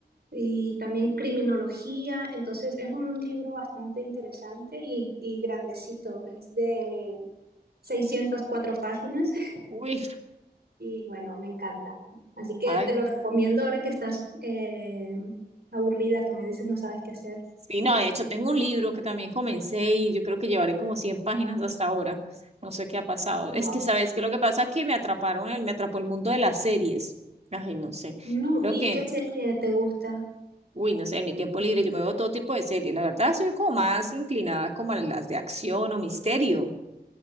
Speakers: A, on the right; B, on the right.
A: y también criminología. Entonces es un libro bastante interesante y, y grandecito, es de 604 páginas. <laughs>
B: Uy,
A: Y bueno, me encanta. Así que
B: ay.
A: te lo recomiendo ahora que estás eh, aburrida, que me dices no sabes qué hacer.
B: Sí, no, de hecho tengo un libro que también comencé y yo creo que llevaré como 100 páginas hasta ahora. No sé qué ha pasado.
A: Wow.
B: Es que, ¿sabes qué? Lo que pasa es que me atraparon, el- me atrapó el mundo de las series. Ay, no sé.
A: Mm,
B: Lo
A: ¿y
B: que,
A: y qué serie te gusta?
B: Uy, no sé, en mi tiempo libre yo me veo todo tipo de series. La verdad, soy como más inclinada como a las de acción o misterio.